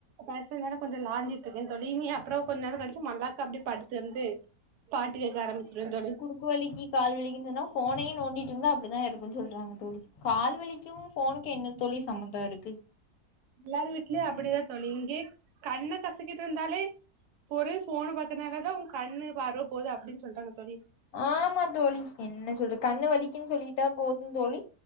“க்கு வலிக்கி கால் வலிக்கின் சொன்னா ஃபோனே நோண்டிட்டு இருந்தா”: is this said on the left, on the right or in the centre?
Left